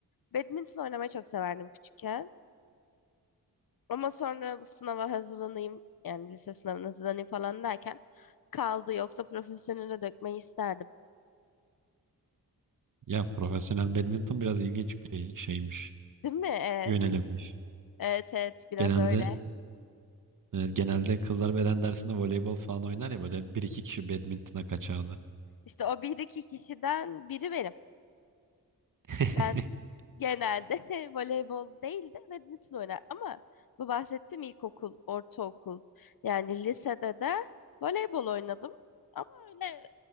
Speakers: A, on the left; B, on the right.
A: badminton oynamayı çok severdim küçükken. Ama sonra sınava hazırlanayım yani lise sınavına hazırlanayım falan derken kaldı yoksa profesyonele dökmeyi isterdim.
B: Ya profesyonel badminton biraz ilginç bir şeymiş.
A: Değil mi? Evet.
B: Yönelimmiş.
A: Evet evet biraz
B: Genelde
A: öyle.
B: evet, genelde kızlar beden dersinde voleybol falan oynar ya böyle bir iki kişi badmintona kaçardı.
A: İşte o bir iki kişiden biri benim.
B: <laughs>
A: Ben genelde <laughs> voleybol değil de badminton oynar. Ama bu bahsettiğim ilkokul, ortaokul yani lisede de voleybol oynadım. Ama öyle